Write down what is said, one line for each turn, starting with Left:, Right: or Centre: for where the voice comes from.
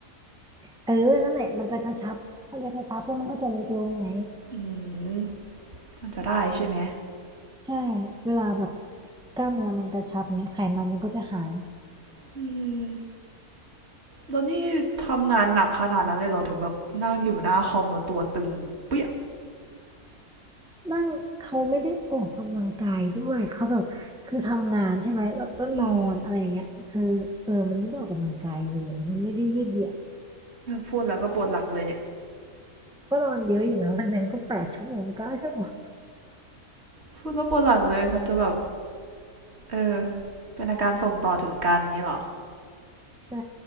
Centre: เออนั่นแหละมันจะกระชับมันจะกระชับแล้วมันก็จะเล็กลงไง
Right: อืมมันจะได้ใช่ไหม
Centre: ใช่เวลาแบบกล้ามเนื้อมันกระชับเนี้ยไขมันมันก็จะหาย
Right: อืมแล้วนี่ทำงานหนักขนาดนั้นเลยเหรอถึงแบบนั่งอยู่หน้าคอมแล้วตัวตึงเปี้ย
Centre: นั่งเขาไม่ได้ออกกำลังกายด้วยเขาแบบคือทำงานใช่ไหมแล้วก็นอนอะไรอย่างเงี้ยคือเออมันไม่ได้ออกกำลังกายเลยมันไม่ได้ยืดเหยียด
Right: อืมพูดแล้วก็ปวดหลังเลยเนี่ย
Centre: ก็นอนเยอะอยู่นะวันหนึ่งก็แปดชั่วโมงเก้าชั่วโมง
Right: พูดแล้วปวดหลังเลยมันจะแบบเออเป็นอาการส่งต่อถึงกันเงี้ยหรอ
Centre: ใช่